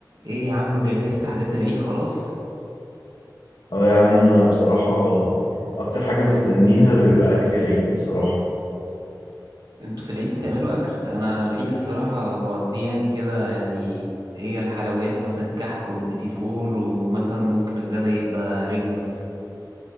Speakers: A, on the right (about 70°); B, on the left (about 80°).
A: ايه يا عم جهزت حاجات العيد خلاص
B: اه يا عم انا بصراحة اكتر حاجة مستنيها بيبقى اكل العيد بصراحة
A: انتوا في العيد بتعملوا اكل انا العيد الصراحة بقضيه يعني كده يعني هي الحلويات مثلا الكحك والبيتي فور ومثلا ممكن الغدا يبقى رنجة مثلا